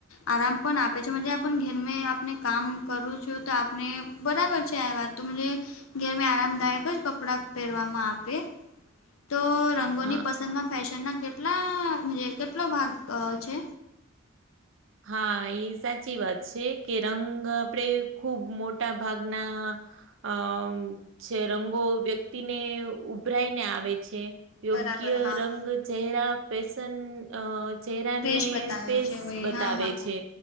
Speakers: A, on the left; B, on the right.
A: આરામ પણ આપે છે, મન્જે આપણ ઘેર મે આપને કામ કરું છું તો આપને બરાબર છે આ વાત તો મન્જે ઘેર મે આરામદાયક જ કપડા પહેરવાવામાં આપે તો રંગોની
B: હા
A: પસંદમાં ફેશનના કેટલા મન્જે કેટલો ભાગ અ છે?
B: હા એ સાચી વાત છે, કે રંગ આપડે ખુબ મોટા ભાગના અ છે, રંગો વ્યક્તિને ઉભરાઈને આવે છે. યોગ્ય
A: બરાબર હા.
B: રંગ, ચહેરા પેશન અ ચહેરાને
A: દેશ બતાવે
B: ફેસ
A: છે વય હા
B: તાવે
A: હા.
B: છે,